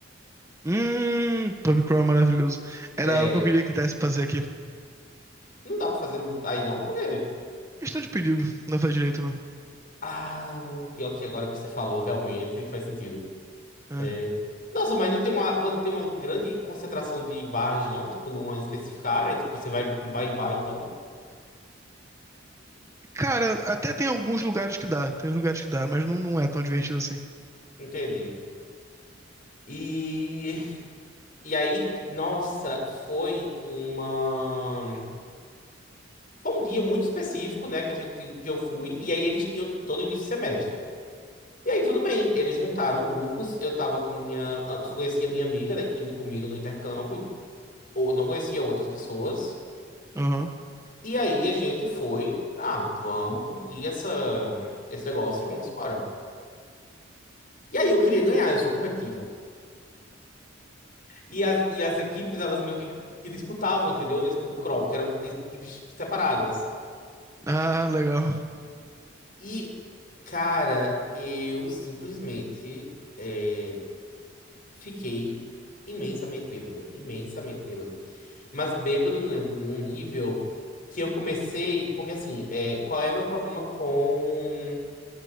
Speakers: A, on the right; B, on the left.
A: Hum, Tommy Crow é maravilhoso. Era
B: É,
A: algo que eu queria que desse pra fazer aqui.
B: não dá pra fazer no- aí não, porque.
A: Questão de perigo, não faz direito, não.
B: Ah, pior que agora que você falou, realmente faz sentido.
A: É.
B: É, Nossa, mas não tem uma, você tem uma grande concentração de bares, não? Tipo, numa específica área, tipo, você vai de bar em bar, então?
A: Cara, até tem alguns lugares que dá, tem uns lugares que dá, mas não, não é tão divertido assim.
B: Entendi. E E aí, nossa, foi uma. Foi um dia muito específico, né, que a gente, que eu fui, e aí eles tinham, tipo, todo início de semestre. E aí, tudo bem, eles juntaram grupos, eu tava com minha, ah, só conhecia minha amiga, né, que tinha ido comigo no intercâmbio, ou não conhecia outras pessoas.
A: Aham.
B: E aí a gente foi, ah, vamos curtir essa, esse negócio e vamos embora. E aí eu queria ganhar, eu sou competitivo. E as, e as equipes, elas meio que, que disputavam, entendeu, nesse pub crawl, porque eram equipes separadas.
A: Ah, legal.
B: E, cara, eu simplesmente é, fiquei imensamente bêbado, imensamente bêbado. Mas bêbado num num nível que eu comecei. Porque, assim, é, qual é meu problema com,